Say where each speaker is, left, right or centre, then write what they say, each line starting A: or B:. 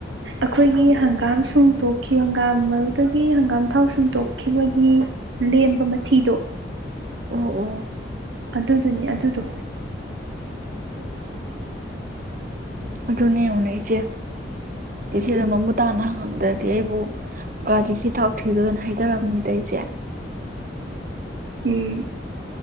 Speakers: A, on the right; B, on the right.
A: ꯑꯈꯣꯏꯒꯤ ꯍꯪꯒꯥꯝ ꯁꯨꯝꯊꯣꯛꯈꯤꯕ ꯍꯪꯒꯥꯝ ꯃꯔꯨꯗꯒꯤ ꯍꯪꯒꯥꯝ ꯊꯥꯎ ꯁꯨꯝꯊꯣꯛꯈꯤꯕꯒꯤ ꯑꯂꯦꯝꯕ ꯃꯊꯤꯗꯣ
B: ꯑꯣ ꯑꯣ
A: ꯑꯗꯨꯗꯨꯅꯤ ꯑꯗꯨꯗꯣ
B: ꯑꯗꯨꯅꯦ ꯌꯦꯡꯉꯨꯅꯦ ꯏꯆꯦ ꯏꯆꯦꯗ ꯃꯃꯨꯠ ꯇꯥꯅ ꯍꯪꯉꯝꯗ꯭ꯔꯗꯤ ꯑꯩꯕꯨ ꯒꯥꯔꯤꯒꯤ ꯊꯧꯊꯤꯗꯣꯏꯅ ꯍꯥꯏꯊꯔꯝꯅꯤꯗ ꯑꯩꯁꯦ
A: ꯎꯝ